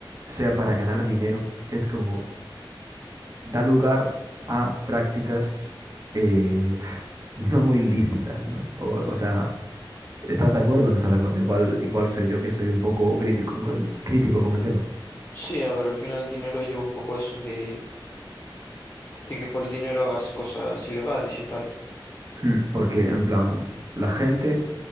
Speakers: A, on the right; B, on the left.
A: sea para ganar dinero, es como, da lugar a prácticas eh, <laughs> no muy lícitas, ¿no? O, o sea, ¿Estás de acuerdo o no estás de acuerdo? Igual, igual soy yo que soy un poco crítico con, crítico con el tema.
B: Sí, a ver, al final el dinero lleva un poco eso de, de que por el dinero hagas cosas ilegales y tal.
A: Hmm, Porque, en plan, la gente,